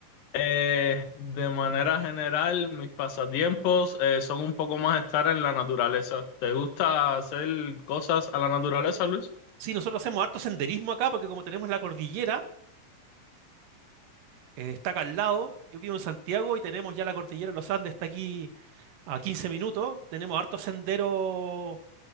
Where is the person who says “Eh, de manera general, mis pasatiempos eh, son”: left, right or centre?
Left